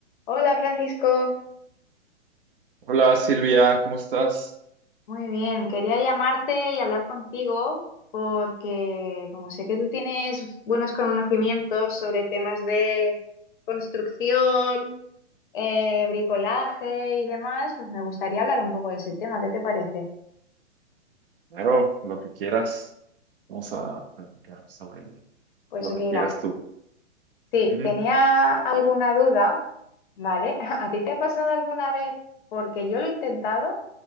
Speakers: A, on the left; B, on the right.
A: Hola Francisco,
B: Hola Silvia, ¿cómo estás?
A: Muy bien, quería llamarte y hablar contigo porque como sé que tú tienes buenos conocimientos sobre temas de construcción, eh, bricolaje y demás, pues me gustaría hablar un poco de ese tema. ¿Qué te parece?
B: Claro, lo que quieras. Vamos a platicar sobre
A: pues
B: lo
A: mira,
B: que quieras tú.
A: sí,
B: Ujú,
A: tenía alguna duda, ¿vale? <laughs> ¿A ti te ha pasado alguna vez? Porque yo lo he intentado